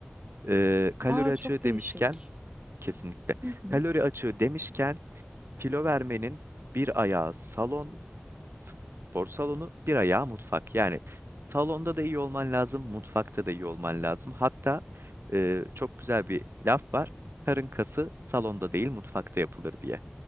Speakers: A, on the right; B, on the right.
A: Ee, kalori
B: Aa
A: açığı
B: çok değişik.
A: demişken kesinlikle.
B: Hı hı.
A: Kalori açığı demişken kilo vermenin bir ayağı salon Spor salonu, bir ayağı mutfak. Yani salonda da iyi olman lazım, mutfakta da iyi olman lazım. Hatta e, çok güzel bir laf var. Karın kası salonda değil, mutfakta yapılır diye.